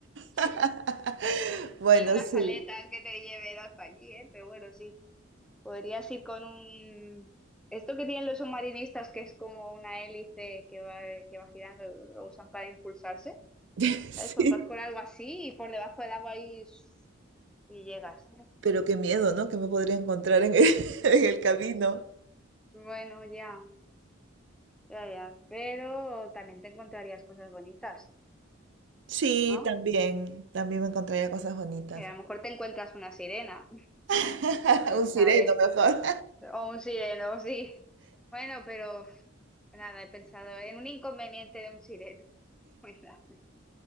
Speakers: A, on the right (about 65°); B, in the centre.
A: <laughs>
B: <laughs>
A: Bueno,
B: y unas
A: sí.
B: aletas que te lleven hasta allí, ¿eh? Pero bueno, sí. Podrías ir con un... Esto que tienen los submarinistas, que es como una hélice que va, que va girando, lo usan para impulsarse.
A: <laughs> Sí,
B: ¿Sabes? Pues vas con algo así y por debajo del agua ahí y llegas.
A: pero qué miedo, ¿no? Que me podría encontrar en el, <laughs> en el camino.
B: Bueno, ya, ya, ya. Pero también te encontrarías cosas bonitas,
A: Sí,
B: ¿no?
A: también. También me encontraría cosas bonitas.
B: Y a lo mejor te encuentras una sirena.
A: <laughs>
B: ¿Quién
A: Un sireno
B: sabe?
A: mejor.
B: O un sireno, sí. Bueno, pero nada, he pensado en un inconveniente de un sireno <laughs> muy grande.